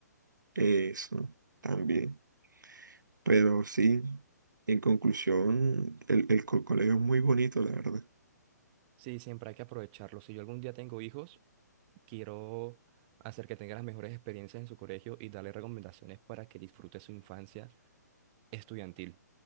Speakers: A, on the right; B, on the right.
A: Eso también. Pero sí, en conclusión, el, el co- colegio es muy bonito, la verdad.
B: Sí, siempre hay que aprovecharlo. Si yo algún día tengo hijos, quiero hacer que tengan las mejores experiencias en su colegio y darle recomendaciones para que disfrute su infancia estudiantil.